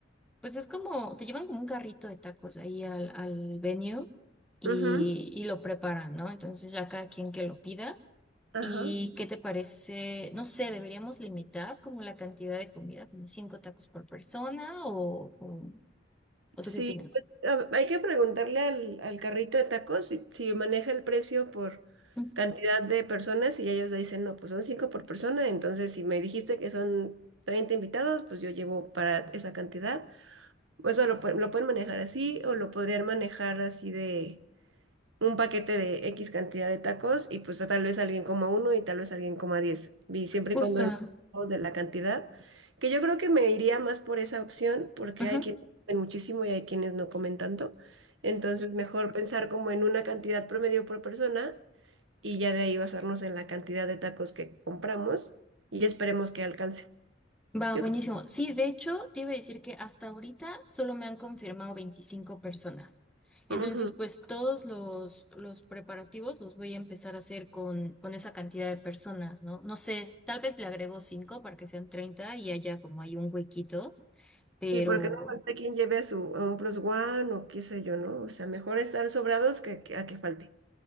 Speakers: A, in the centre; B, on the right.
A: Pues es como, te llevan como un carrito de tacos ahí al, al venue y,
B: Ujú,
A: y lo preparan, ¿no? Entonces ya cada quien que lo pida.
B: Ajá.
A: ¿Y qué te parece? No sé, deberíamos limitar como la cantidad de comida, como cinco tacos por persona o, o, ¿o
B: Sí,
A: tú qué opinas?
B: pues, a- hay que preguntarle al, al carrito de tacos si, si maneja el precio por
A: Mm,
B: cantidad de personas y ellos dicen, no, pues son cinco por persona, entonces si me dijiste que son 30 invitados, pues yo llevo para esa cantidad. Pues, Eso lo, pue- lo pueden manejar así o lo podrían manejar así de un paquete de X cantidad de tacos y pues tal vez alguien coma uno y tal vez alguien coma diez. Y siempre
A: Justo.
B: y cuando no hablemos de la cantidad, que yo creo que me iría más por esa opción porque
A: ujú.
B: hay quienes comen muchísimo y hay quienes no comen tanto. Entonces mejor pensar como en una cantidad promedio por persona y ya de ahí basarnos en la cantidad de tacos que compramos y esperemos que alcance.
A: Va,
B: Yo
A: buenísimo. Sí, de hecho, te iba a decir que hasta ahorita solo me han confirmado 25 personas. Entonces,
B: creo- ujú.
A: pues todos los, los preparativos los voy a empezar a hacer con, con esa cantidad de personas, ¿no? No sé, tal vez le agrego 5 para que sean 30 y haya como hay un huequito, pero,
B: Sí, porque no falta quien lleve su un plus one o qué sé yo, ¿no? O sea, mejor estar sobrados que, que- a que falte.